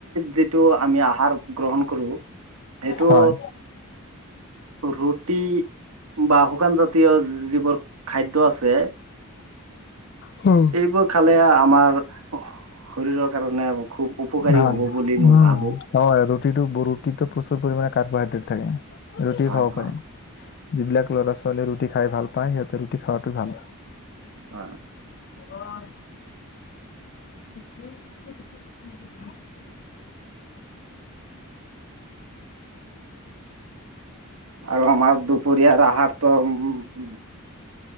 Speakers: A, on the right (about 85°); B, on the left (about 50°).
A: যিটো আমি আহাৰ। গ্ৰহণ কৰোঁ সেইটো।
B: হয়
A: ৰুটি বা শুকান জাতীয় যিবোৰ খাদ্য আছে।
B: হুম।
A: সেইবোৰ খালে আমাৰ শৰীৰৰ কাৰণে। খুব উপকাৰী
B: ভাল
A: হ'ব বুলি
B: উম
A: মই ভাবোঁ।
B: হয় ৰুটিটো ৰুটিটোত প্ৰচুৰ পৰিমাণে কাৰ্বহাইড্ৰেট থাকে ৰুটি
A: হয়
B: খাব
A: হয়
B: পাৰে। যিবিলাক ল'ৰা-ছোৱালী ৰুটি খাই ভাল পায় সিহঁতে ৰুটি খাৱাটো ভাল।
A: <inaudible>
B: <inaudible> <inaudible> <inaudible>
A: আৰু আমাৰ দুপৰীয়াৰ আহাৰটো উ, উ-উম।